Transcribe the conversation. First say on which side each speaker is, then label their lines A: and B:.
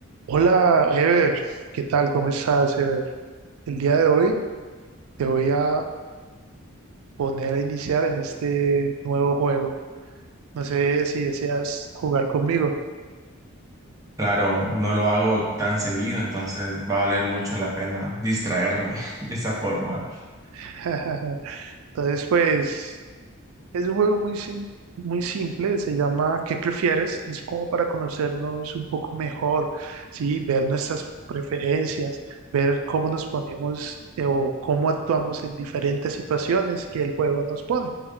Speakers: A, on the right (about 75°); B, on the right (about 15°).
A: Hola, Ever, ¿qué tal? ¿Cómo estás, Ever? El día de hoy te voy a poner a iniciar en este nuevo juego. No sé si deseas jugar conmigo.
B: Claro, no lo hago tan seguido, entonces va a valer mucho la pena distraerme <laughs> de esa forma.
A: <laughs> Entonces, pues, es un juego muy, sim- muy simple, se llama ¿Qué prefieres? Es como para conocernos un poco mejor, ¿sí? Ver nuestras preferencias, ver cómo nos ponemos eh, o cómo actuamos en diferentes situaciones que el juego nos pone.